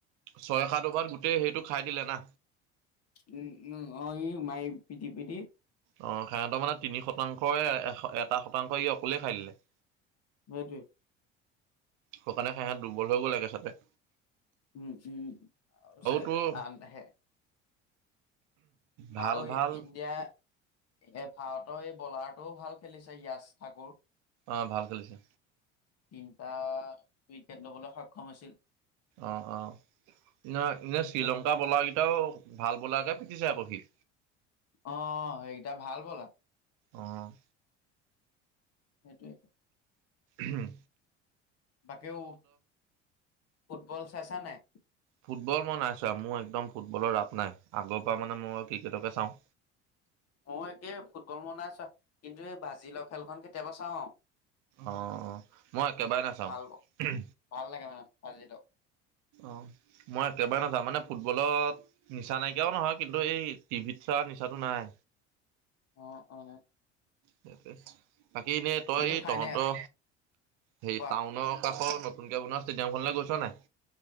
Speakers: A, on the right; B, on the left.
A: ছয় সাত ভাৰ গোটেই সেইটো খাই দিলে না।
B: উম উম অ ই মায়ে পিটি পিতি।
A: অ সহঁতৰ মানে তিনি শতাংশই এটা শতাংশ ই অকলে খাই দিলে।
B: সেইটোৱেই।
A: শুকানে খাই খাই দুৰ্বল হৈ গ'ল একে চাতে।
B: উম উম উ
A: তোৰ
B: আনে।
A: ভাল
B: আৰু
A: ভাল
B: ইণ্ডিয়া এ ভাৰতৰ এই বলাৰটোও ভাল খেলিছে য়ছ ঠাকুৰ।
A: অ', ভাল খেলিছে।
B: তিনিটা উইকেট ল'বলৈ সক্ষম হৈছিল।
A: অ', অ', এনে এনে
B: সেইটো
A: শ্ৰীলংকা
B: কথা
A: ব'লাৰকেইটাও ভাল বলাৰকে পিটিছে আকৌ সি।
B: অ', সেইকটা ভাল ব'লা।
A: অ'।
B: সেইটোৱে।
A: হম।
B: বাকীও ফুটবল চাইছা নাই।
A: ফুটবল মই নাই চোৱা মোৰ একদম ফুটবলৰ ৰাপ নাই আগৰ পৰা মানে মই ক্ৰিকেটকে চাওঁ।
B: মই একেই ফুটবল মনাই চোৱা কিন্তু এই বাজি লোৱা খেলখন কেতিয়াবা চাওঁ অ'।
A: অ', মই একেবাৰে নাচাওঁ।
B: ভাল ভাল লাগে মানে আজিটো
A: অ', মই একেবাৰে নাযাওঁ মানে ফুটবলত নিচা নাইকিয়াও নহয় কিন্তু এই টিভিত চোৱা নিচাটো নাই।
B: অ', অ'।
A: সে বাকী এনেই তই
B: কিন্তু
A: এই
B: ফাইনেল
A: তহঁতৰ হেৰি
B: কোৱা
A: টাউনৰ কাষৰ নতুনকে বনোৱা ষ্টেডিয়ামখনলৈ গৈছ নাই?